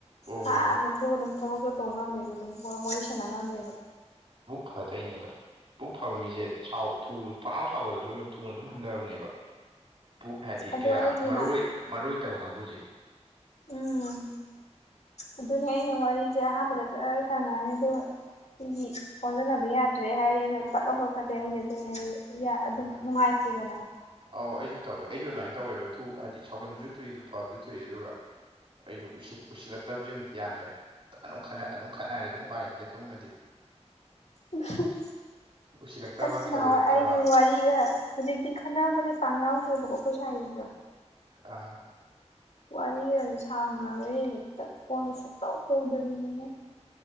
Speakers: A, on the right; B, on the left.
A: ꯑꯣ
B: ꯍꯥ ꯅꯣꯛꯊꯣꯛꯑꯒ ꯑꯗꯨꯝ ꯊꯕꯛꯇꯣ ꯇꯧ ꯉꯝꯃꯦꯕ ꯑꯗꯨꯝ ꯋꯥ ꯋꯥꯔꯤ ꯁꯥꯟꯅ ꯉꯝꯃꯦꯕ
A: ꯐ ꯇꯩꯅꯦ ꯑꯗꯣ ꯄꯨꯨꯛ ꯐꯕ ꯃꯤꯖꯦ ꯁꯥꯎ ꯊꯨ ꯐ ꯂꯥꯎ ꯁꯥꯎꯒꯜꯂꯖꯨ ꯑꯗꯨꯝ ꯊꯨꯅ ꯑꯗꯨꯝ ꯍꯟꯗꯕꯅꯦꯕ ꯄꯨꯛ ꯍꯥꯏꯗꯤ
B: ꯑꯗꯣ
A: ꯀꯌꯥ
B: ꯑꯩꯒꯤꯅ
A: ꯃꯔꯣꯏ ꯃꯔꯣꯏꯇꯕ ꯀꯥꯡꯕꯨꯖꯦ
B: ꯎꯝ ꯑꯗꯨꯅꯦ ꯑꯩꯅ ꯋꯥꯔꯤꯖꯦ ꯑꯍꯥꯟꯕꯗ ꯖꯔ ꯁꯥꯟꯅꯔꯅꯤ ꯑꯗꯨꯒ ꯁꯤꯗꯤ ꯑꯣꯟꯖꯟꯅꯕ ꯌꯥꯗ꯭ꯔꯦ ꯍꯥꯏꯔꯦꯅꯥ ꯄꯠꯂꯥꯎ ꯀꯛꯊꯠꯂꯦ ꯑꯩꯖꯦ
A: ꯎꯝ
B: ꯑꯗꯨ ꯑꯩ ꯑꯗꯨꯝ
A: ꯃꯥꯅꯤ
B: ꯅꯨꯡꯉꯥꯏꯇꯦꯗꯅꯥ
A: ꯑꯧ ꯑꯩꯖꯨ ꯇꯧꯋꯦ ꯑꯩꯖꯨ ꯑꯗ꯭ꯋꯥꯏꯅ ꯇꯧꯋꯦꯕ ꯊꯨ ꯍꯥꯏꯗꯤ ꯁꯥꯎꯒꯟꯕꯖꯨ ꯊꯨꯏ ꯑꯗꯨ ꯐꯕꯖꯨ ꯊꯨꯏ ꯑꯗꯨꯒ ꯑꯩꯖꯨ ꯎꯁꯤꯠ ꯎꯁꯤꯠꯂꯛꯇꯕꯖꯤꯃꯗꯤ ꯌꯥꯗ꯭ꯔꯦ ꯑꯅꯣ ꯈꯠꯅ ꯑꯗꯨꯝ ꯈꯠꯅꯔꯦ ꯑꯗꯨꯝ ꯄꯥꯏ ꯂꯩꯇꯦ ꯑꯗꯨꯃꯗꯤ
B: <unintelligible>
A: ꯎꯁꯤꯜꯂꯛꯇꯕ
B: ꯑꯁ
A: ꯊꯧꯑꯣꯏꯔꯛꯇꯕ
B: ꯅꯥꯍꯥꯋꯥꯏ ꯑꯩꯒꯤ ꯋꯥꯔꯤꯒ ꯍꯧꯖꯤꯛꯇꯤ ꯈꯟꯅꯕꯖꯦ ꯄꯥꯛꯅ ꯌꯥꯎꯗ꯭ꯔꯦꯕꯀꯣ ꯑꯩꯈꯣꯏꯁꯥꯏ ꯒꯤꯒ
A: ꯑꯥ
B: ꯋꯥꯔꯤꯒꯗꯤ ꯁꯥꯎꯅꯔꯨꯏ ꯍꯦꯛꯇ ꯐꯣꯟꯒ ꯁꯨꯛꯇꯧ ꯇꯧꯗꯕꯤꯅꯤꯍꯦ